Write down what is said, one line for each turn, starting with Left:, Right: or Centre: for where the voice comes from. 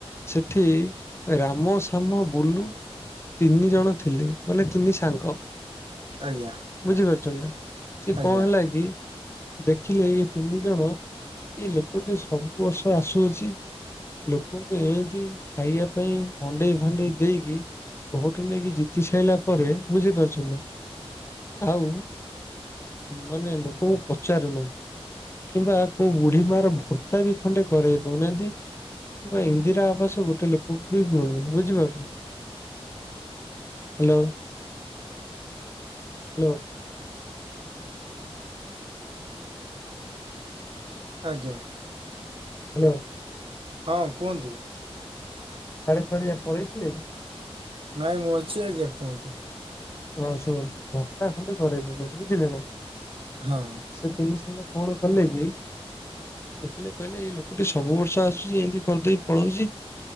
Left: ସେଠି ରାମ, ସାମ, ବୁଲୁ ତିନି ଜଣ ଥିଲେ ମାନେ ତିନି ସାଙ୍ଗ।
Right: ଆଜ୍ଞା।
Left: ବୁଝିପାରୁଛନ୍ତି ନା ସିଏ
Right: ଆଜ୍ଞା
Left: କଣ ହେଲା କି ଦେଖିଲେ ଏଇ ତିନି ଜଣ ଏଇ ଲୋକଟି ସବୁ ବର୍ଷ ଆସୁଅଛି। ଲୋକଙ୍କୁ ଏମିତି ଖାଇବା ପାଇଁ ଭଣ୍ଡେଇ ଭାଣ୍ଡେଇ ଦେଇକି ଭୋଟ ନେଇକି ଜିତି ସାରିଲା ପରେ ବୁଝିପାରୁଛନ୍ତି ନା? ଆଉ ମାନେ ଲୋକଙ୍କୁ ପଚାରୁନାହାନ୍ତି। କିମ୍ବା କୋଉ ବୁଢୀ ମା ର ଭର୍ତ୍ତା ବି ଖଣ୍ଡେ କରେଇ ଦଉନାହାନ୍ତି। କିମ୍ବା ଇନ୍ଦିରା ଆବାସ ଗୋଟେ ଲୋକଙ୍କୁ ବି ମିଳୁନି ବୁଝିପାରୁଛ? Hello hello.
Right: ଆଜ୍ଞା।
Left: ହ୍ୟାଲୋ।
Right: ହଁ କୁହନ୍ତୁ।
Left: ସାଢେ କୁଆଡେ ପଳେଇଥିଲେ କି?
Right: ନାଇଁ ମୁଁ ଅଛି ଆଜ୍ଞା କୁହନ୍ତୁ।
Left: ହଁ ଶୁଣ ଭତ୍ତା ଖଣ୍ଡେ କରେଇ ଦେଲେନି ବୁଝିଲେ ନା?
Right: ହଁ।
Left: ସେ <unintelligible> ଦେଖିଲେ କହିଲେ ଏଇ ଲୋକଟି ସବୁ ବର୍ଷ ଆସୁଛି ଏମିତି କରିଦେଇ ପଳଉଛି।